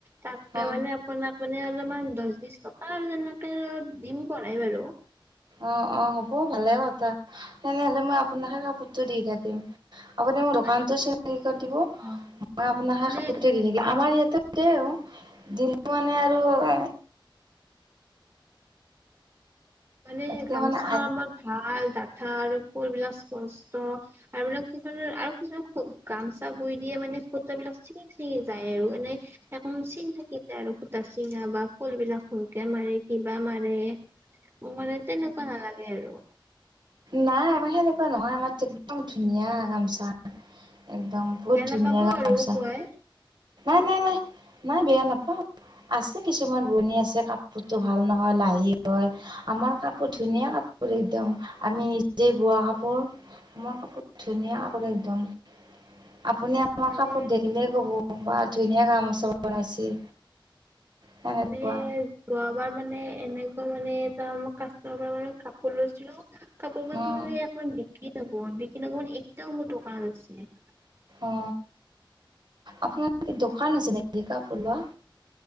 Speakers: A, on the right; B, on the right.
A: তাকে
B: অ
A: মানে আপোনাৰ মে অলপমান দহ বিশ টকা আৰু তেনেকে দিম কৰাই বাৰু
B: অ অ হ'ব ভালে কথা সেনেহলে মই আপোনাকে কাপোৰটো দি থাকিম আপুনি মোৰ দোকানতো
A: মানে মোক
B: চেল কৰি দিব মই
A: অ
B: আপোনাকেই
A: মানে
B: কাপোৰটো দি থোকি
A: অ',
B: আমাৰ ইয়াতে দেই দিল্লী মানে আৰু এ
A: মানে
B: এতিয়া
A: গামোচা
B: মানে
A: আমাৰ ভাল ডাঠা আৰু কুলবিলাক স্পষ্ট আৰু মানে কিছু আৰু কিছুমান গামচা বুই দিয়ে মানে সূত বিলাক চিঙি চিঙি যায় আৰু এনে এখন চিন থাকি যায় আৰু সূতা চিঙা বা ফুল বিলাক ভূলকে মাৰে কিবা মাৰে মানে তেনেকুৱা নালাগে আৰু
B: নাই আমাৰ সেনেকুৱা নহয় আমাৰো একদম ধুনীয়া গামচা একদম বহুত
A: বেয়া
B: ধুনীয়া
A: নাপাব আৰু
B: গামচা
A: খুৱাই
B: নাই নাই নাই নাই বেয়া নাপাও আছে কিছুমান বনি আছে কাপোৰটো ভাল নহয় লাহি হয় আমাৰ কাপোৰ ধুনীয়া কাপোৰ একদম আমি নিজে বোৱা কাপোৰ মই কাপোৰ ধুনিয়া আকৌ একদম আপুনি আমাৰ
A: মানে
B: কাপোৰ দেখিলেই ক'ব কবা ধুনীয়া গামোচা বনাইছে সেনেকুৱা
A: মানে যোৱাবাৰ মানে এনেকুৱা মানে ত মানে কাচটমাৰ পৰা মানে কাপোৰ‌ লৈছিলো কাপোৰখন
B: উম
A: <unintelligible> কি কাপোৰ বিক্ৰী নগল <unintelligible>
B: অ আপোনাৰ দোকান আছে নেকি কাপোৰ লোৱা